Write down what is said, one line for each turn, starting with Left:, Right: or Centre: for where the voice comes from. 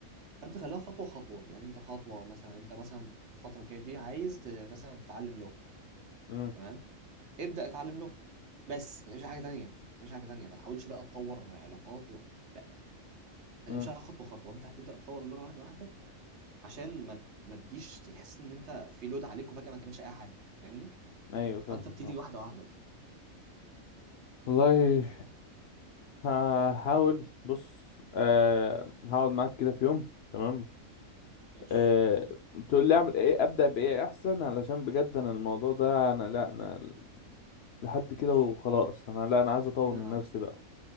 Right: فانت خليها خطوة خطوة يعني انت خطوة مثلا انت مثلا الفترة الجاية دي عايز ت- مثلا تتعلم لغة
Left: امم
Right: تمام ابدأ اتعلم لغة بس ما تعملش حاجة تانية ما تعملش حاجة تانية ما تحاولش بقى تطور علاقات و... لا يعني
Left: امم
Right: مش خطوة خطوة انت هتبدأ تطور اللغة واحدة واحدة عشان ما ت- ما تجيش تحس ان انت في لود عليك وفجأة ما تعملش اي حاجة فاهمني
Left: ايوه فاهم
Right: فانت ابتدي
Left: فاهم
Right: واحده واحده
Left: والله هحاول بص آه هقعد معاك كده في يوم تمام
Right: ماشي
Left: آه، تقول لي اعمل ايه ابدا بايه احسن علشان بجد انا الموضوع ده انا لا انا لحد كده
Right: ماشي
Left: وخلاص انا لا انا عايز اطور
Right: لينا
Left: من نفسي
Right: قعده
Left: بقى